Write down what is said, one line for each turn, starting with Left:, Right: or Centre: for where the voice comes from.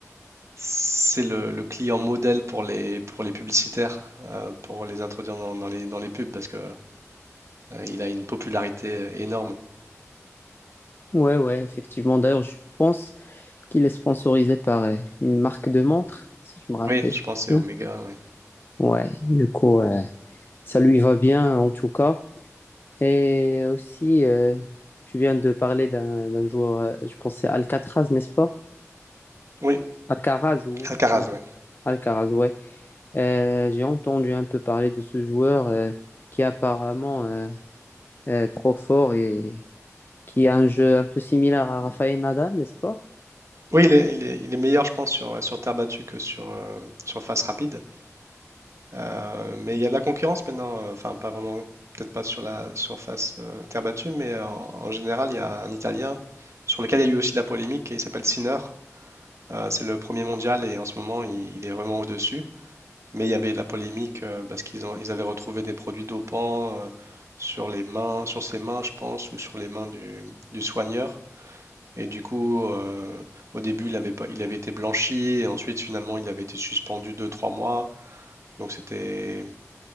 Right: c'est le, le client modèle pour les, pour les publicitaires, euh, pour les introduire dans, dans les, dans les pubs, parce que euh, il a une popularité énorme.
Left: Ouais, ouais, effectivement. D'ailleurs, je pense qu'il est sponsorisé par euh, une marque de montre, si je me rappelle
Right: Oui, je pense que c'est
Left: bien.
Right: Omega, ouais.
Left: Ouais, du coup, euh, ça lui va bien en tout cas. Et aussi, euh, tu viens de parler d'un d'un joueur, euh, je pense que c'est Alcatraz, n'est-ce pas?
Right: Oui,
Left: Alcaraz ou
Right: Alcaraz,
Left: Alca-
Right: oui.
Left: Alcaraz, ouais. Euh, j'ai entendu un peu parler de ce joueur euh, qui est apparemment euh, euh, trop fort et qui a un jeu un peu similaire à Rafael Nadal, n'est-ce pas?
Right: Oui, il est, il est, il est meilleur, je pense, sur, sur terre battue que sur, euh, sur face rapide. Euh, mais il y a de la concurrence maintenant, euh, enfin, pas vraiment, peut-être pas sur la surface euh, terre battue, mais euh, en, en général, il y a un Italien sur lequel il y a eu aussi de la polémique et il s'appelle Sinner. Euh, c'est le premier mondial et en ce moment, il, il est vraiment au-dessus. Mais il y avait de la polémique euh, parce qu'ils ont, ils avaient retrouvé des produits dopants euh, sur les mains, sur ses mains, je pense, ou sur les mains du, du soigneur. Et du coup, euh, au début, il avait pas, il avait été blanchi et ensuite, finalement, il avait été suspendu deux trois mois. Donc c'était,